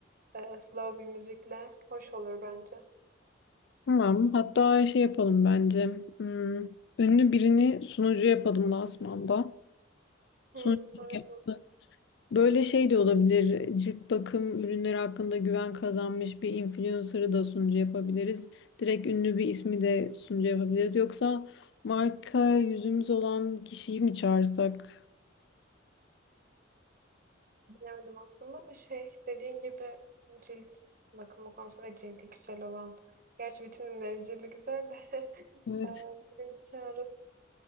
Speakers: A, on the right (about 45°); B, on the left (about 65°).
A: e, slow bir müzikle hoş olur bence.
B: Tamam. Hatta şey yapalım bence. Hmm, ünlü birini sunucu yapalım lansmanda.
A: Hmm,
B: Sunuculuk
A: evet,
B: yapması. Böyle şey de olabilir. Cilt bakım ürünleri hakkında güven kazanmış bir influencer'ı da sunucu yapabiliriz. Direkt ünlü bir ismi de sunucu yapabiliriz. Yoksa marka yüzümüz olan kişiyi mi çağırsak?
A: Bilemedim aslında ama şey dediğin gibi cilt bakımı konusu ve cildi güzel olan. Gerçi bütün ürünlerin cildi güzel de <laughs> eee,
B: Evet.
A: birini çağırıp